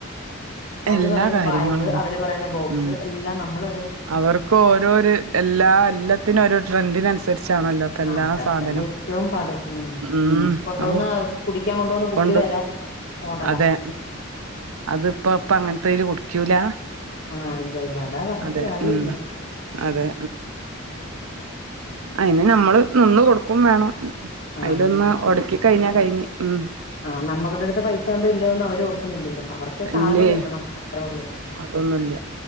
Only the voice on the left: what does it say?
അവര്
പറയുന്ന
ബാഗ് അവര്- പറയുന്ന ബോക്സ്
എല്ലാം നമ്മള്,
ആഹ് അതെ
അതല്ലേ ഏറ്റവും പാട് ഉം
കൊണ്ടുവന്ന്-
കുടിക്കാൻ കൊണ്ട വന്ന് കുട്ടി
വരെ മോഡലാ.
ആഹ ഇല്ല, ഇല്ല അതാ പറഞ്ഞിട്ട്
കാര്യ
ഇില്ല.
ആഹ്
ആ് നമ്മുടെ അടുത്ത് പൈസ- ഉണ്ടോ ഇല്ലോന്നും അവര്- ഓർക്കുന്നില്ലല്ലോ അവർക്ക്- ക്ക് സാധനം
കിട്ടണം അത്രേ ഉള്ളൂ.